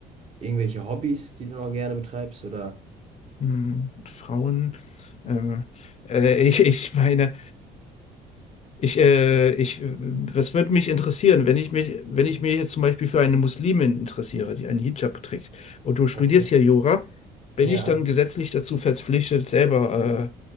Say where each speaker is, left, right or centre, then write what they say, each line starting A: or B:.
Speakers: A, on the right; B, on the left.
A: irgendwelche Hobbys, die du noch gerne betreibst oder?
B: Hm, Frauen, ähm, äh, <laughs> ich, ich meine, ich, äh, ich, äh, was würde mich interessieren, wenn ich mich, wenn ich mich jetzt zum Beispiel für eine Muslimin interessiere, die einen Hijab trägt, und du studierst
A: Okay.
B: hier Jura, bin
A: Ja.
B: ich dann gesetzlich dazu verpflichtet, selber